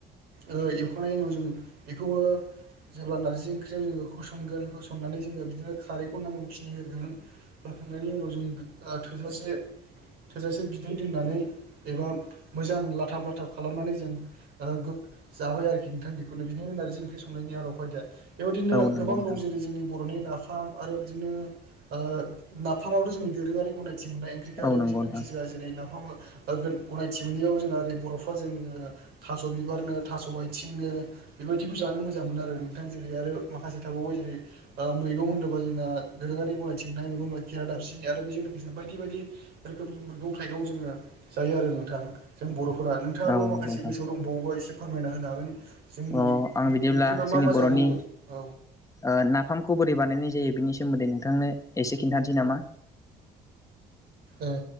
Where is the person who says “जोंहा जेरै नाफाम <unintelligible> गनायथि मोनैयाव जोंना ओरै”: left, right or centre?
Right